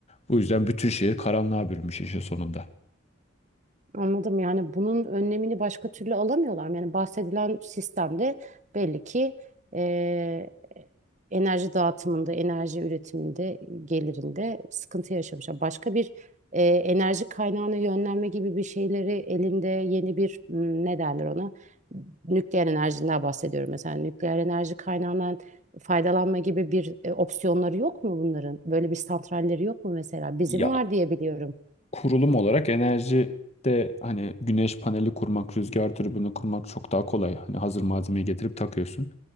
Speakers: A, on the left; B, on the right.
A: Bu yüzden bütün şehir karanlığa bürünmüş işin sonunda.
B: Anladım yani bunun önlemini başka türlü alamıyorlar mı? Yani bahsedilen sistemde belli ki eee, enerji dağıtımında, enerji üretiminde, gelirinde sıkıntı yaşamışlar. Başka bir eee, enerji kaynağına yönlenme gibi bir şeyleri elinde yeni bir m, ne derler ona? Nükleer enerjinden bahsediyorum mesela. Nükleer enerji kaynağından faydalanma gibi bir e, opsiyonları yok mu bunların? Böyle bir santralleri yok mu mesela? Bizim
A: Ya.
B: var diye biliyorum.
A: kurulum olarak enerjide hani güneş paneli kurmak, rüzgar türbini kurmak çok daha kolay. Hani hazır malzemeyi getirip takıyorsun.